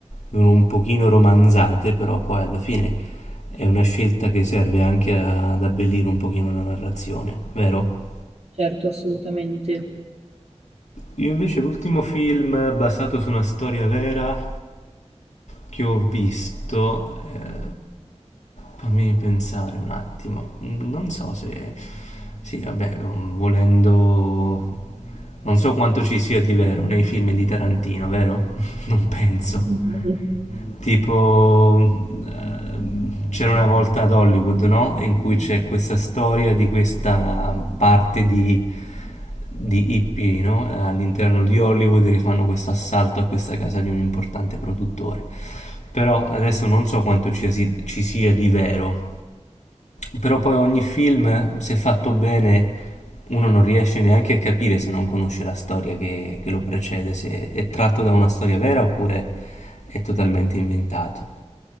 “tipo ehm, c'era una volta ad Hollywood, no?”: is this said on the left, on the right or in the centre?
Left